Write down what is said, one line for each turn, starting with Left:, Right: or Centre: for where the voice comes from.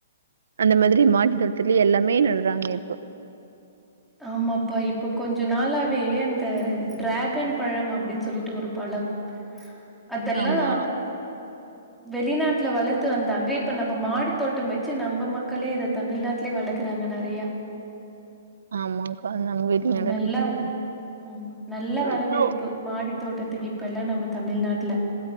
Right: அந்த மாதிரி மாடி தோட்டத்துலயே எல்லாமே நடடுறாங்க இப்போ
Centre: ஆமாப்பா இப்ப கொஞ்ச நாளாவே அந்த டிராகன் பழம் அப்டின்னு சொல்லிட்டு ஒரு பழம் அதெல்லா
Right: ஆமா,
Centre: வெளிநாட்டுல வளத்து வந்தாங்க இப்ப நம்ம மாடி தோட்டம் வச்சு நம்ம மக்களே அத தமிழ்நாட்லயே வளக்குறாங்க நெறையா
Right: ஆமாக்கா. நம்ம வீட்ல
Centre: ம்
Right: நடக்குதுக்கா
Centre: நல்லா அம் நல்ல வரவேற்பு
Right: அது.
Centre: மாடி தோட்டத்துக்கு இப்ப எல்லா நம்ம தமிழ்நாட்டுல